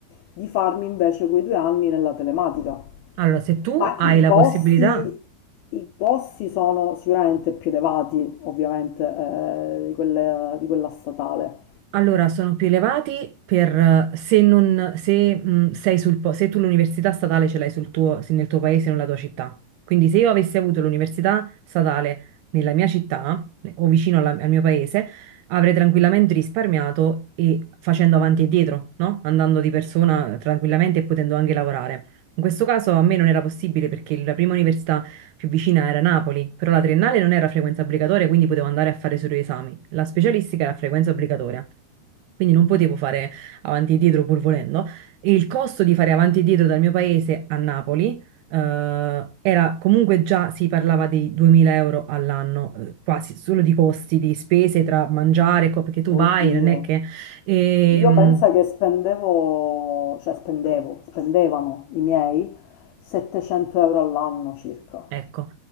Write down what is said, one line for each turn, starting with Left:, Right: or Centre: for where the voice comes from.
Left: di farmi invece quei due anni nella telematica.
Right: Allora, se tu
Left: Ma
Right: hai
Left: i
Right: la
Left: costi,
Right: possibilità.
Left: i costi sono sicuramente più elevati, ovviamente, eh, di quelle- di quella statale.
Right: Allora, sono più elevati per eh, se, non, se, mh, sei sul, po- se tu l'università statale ce l'hai sul tuo, se nel tuo paese, nella tua città. Quindi se io avessi avuto l'università statale nella mia città eh, o vicino alla- al mio paese, avrei tranquillamente risparmiato e facendo avanti e dietro, no? Andando di persona tranquillamente e potendo anche lavorare. In questo caso a me non era possibile perché la prima università più vicina era Napoli, però la triennale non era a frequenza obbligatoria, quindi potevo andare a fare solo gli esami. La specialistica era a frequenza obbligatoria, quindi non potevo fare avanti e dietro pur volendo. E il costo di fare avanti e dietro dal mio paese a Napoli, eh, era comunque già si parlava di 2000 euro all'anno, eh, quasi solo di costi, di spese tra mangiare, co- perché tu vai,
Left: Oddio.
Right: non è che... Ehm,
Left: Io penso che spendevo, cioè spendevo, spendevano i miei 700 euro all'anno circa.
Right: ecco.